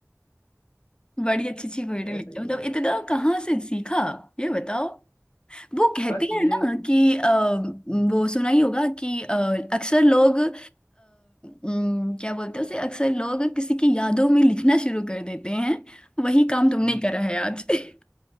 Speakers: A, on the left (about 15°); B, on the left (about 70°).
A: बड़ी अच्छी अच्छी पोएट्री
B: ऐसा
A: लिखते
B: ही
A: हो मतलब
B: है
A: इतना कहाँ से सीखा ये बताओ वो कहते
B: बस ये
A: हैं ना कि अ,
B: हम्म,
A: वो सुना ही होगा कि अ, अक्सर लोग अ, उम, क्या बोलते हैं उसे अक्सर लोग किसी की यादों में लिखना शुरू कर देते हैं वही काम तुमने
B: हम्म,
A: करा है आज <laughs>